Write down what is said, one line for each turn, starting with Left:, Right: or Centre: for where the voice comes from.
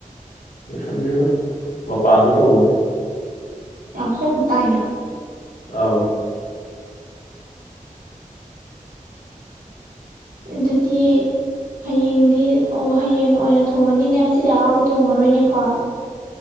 Left: ꯂꯣꯏꯁꯟꯗꯦꯗ ꯃꯄꯥꯟꯗ ꯇꯧꯕꯅꯤ
Right: ꯌꯥꯝ ꯍꯣꯡ ꯇꯥꯏꯅ
Left: ꯍ
Right: ꯑꯗꯨꯗꯤ ꯍꯌꯦꯡꯗꯤ ꯑꯣ ꯍꯌꯦꯡ ꯑꯣꯏꯅ ꯊꯣꯡꯉꯅꯤꯅꯦ ꯉꯁꯤꯗꯤ ꯑꯍꯥꯎꯕ ꯊꯣꯡꯉꯔꯣꯏꯅꯦꯀꯣ